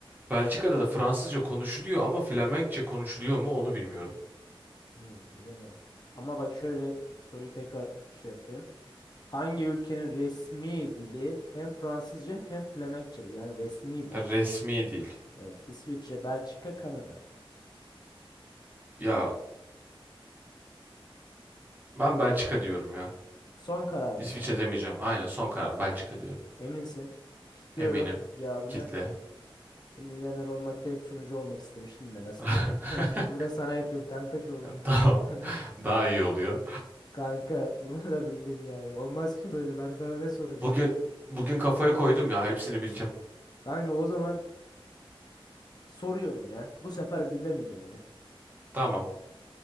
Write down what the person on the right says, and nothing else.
Belçika'da da Fransızca konuşuluyor ama Flemenkçe konuşuluyor mu onu bilmiyorum.
Ha, resmi değil.
Ya ben Belçika diyorum ya.
İsviçre
demeyeceğim. Aynen son karar Belçika diyorum.
Eminim.
Kitle.
<laughs>
Tamam.
Daha iyi oluyor.
Bugün
bugün kafaya koydum ya hepsini bileceğim.
Tamam.